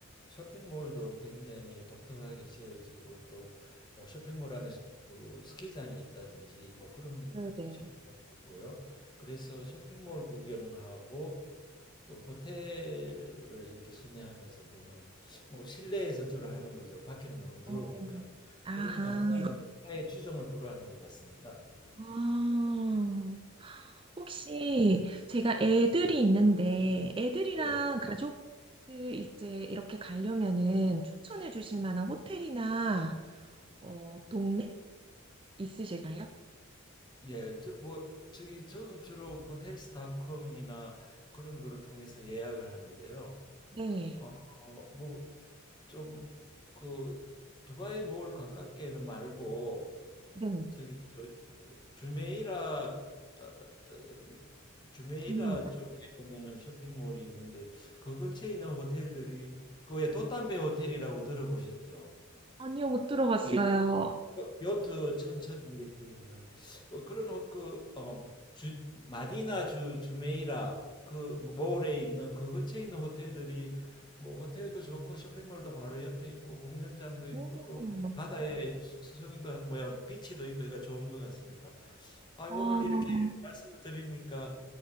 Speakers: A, on the left; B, on the right.
A: 쇼핑몰도 굉장히 독특하게 지어지고 또 뭐 쇼핑몰 안에 스- 그 스키장이 있다든지 뭐 그런
B: 네네.
A: 쇼핑몰도 있고요. 그래서 쇼핑몰 구경하고 또 호텔을 이렇게 순회하면서 보는 뭐 실내에서 주로 하는 거죠. 밖에는 너무 더우니까
B: 어, 아하.
A: 그런 관광이 타의 추종을 불허하는 것 같습니다.
B: 아, 혹시 제가 애들이 있는데 애들이랑
A: 예.
B: 가족들 이제 이렇게 가려면은 추천해 주실 만한 호텔이나 어, 동네 있으실까요?
A: 예, 저, 뭐, 저기, 저는 주로 호텔스닷컴이나 그런 거를 통해서 예약을 하는데요.
B: 네,
A: 어, 뭐, 좀, 그, 두바이 몰 가깝게는 말고,
B: 네,
A: 저기, 저, 주메이라, 어, 어, 주메이라
B: 네.
A: 쪽에 보면은 쇼핑몰이 있는데, 그 근처에 있는 호텔들이, 그왜 돛담배 호텔이라고 들어보셨죠?
B: 아니요, 못 들어봤어요.
A: 요- 요트 천처럼 이렇게 되어 있는 어, 그런 호- 그 어, 주, 마디나 주 주메이라 그 몰에 있는 그 근처에 있는 호텔들이 뭐 호텔도 좋고 쇼핑몰도 바로 옆에 있고 공연장도 있고
B: 오,
A: 또 바다에 수- 수영도 뭐야 비치도 있고 그러니까 좋은 것 같습니다. 아
B: 아,
A: 오늘 이렇게 말씀을 드리니까